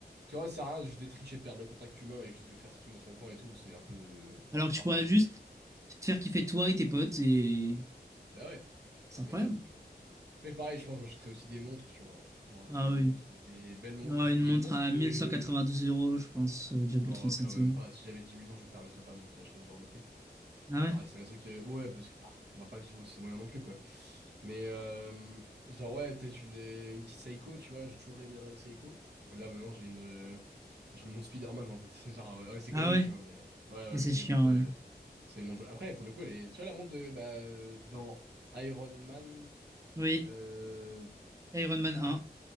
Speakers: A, on the right (about 75°); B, on the right (about 20°).
A: que, ouais, ça sert à rien de juste d'être riche et de perdre le contact humain et juste de faire ce truc dans son coin et tout. C'est un peu...
B: Alors que tu
A: un
B: pourrais
A: peu vieux,
B: juste
A: quoi.
B: te faire kiffer toi et tes potes et
A: Bah ouais, c'est
B: c'est
A: un
B: incroyable.
A: banger, tu vois. Après, pareil, je pense que je m'achèterais aussi des montres, tu vois. Genre euh,
B: Ah
A: des
B: oui.
A: montres, des belles montres.
B: Genre
A: Je-
B: une
A: Il
B: montre
A: y a une montre
B: à
A: que.
B: 1192 euros, je pense, euh, virgule
A: Non,
B: 30 centimes.
A: quand même pas. Si j'avais 10 millions, je me permettrais pas non plus d'acheter ce genre de prix.
B: Ah ouais?
A: On va rester dans un truc. euh, Ouais, parce que bah, on va pas vivre au-dessus des moyens non plus, quoi. Mais euh, genre, ouais, peut-être une, une petite Seiko, tu vois. J'ai toujours rêvé d'avoir une Seiko. Là, maintenant, j'ai une, euh, j'ai une montre Spider-Man, en fait. <laughs> Genre, ouais, c'est
B: Ah
A: gaulerie,
B: ouais?
A: tu vois. Mais ouais,
B: Mais
A: ouais,
B: c'est
A: c'est
B: chiant,
A: les montres. euh,
B: ouais.
A: C'est les montres. Après, pour le coup, elle est- tu vois, la montre de. Bah, euh, dans Iron Man.
B: Oui,
A: Euh...
B: Iron Man 1.